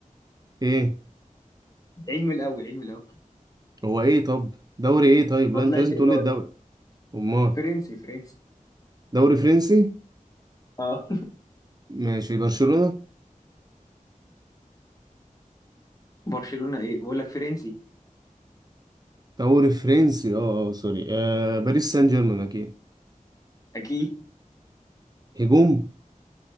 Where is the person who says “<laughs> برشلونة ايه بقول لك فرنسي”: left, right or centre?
Left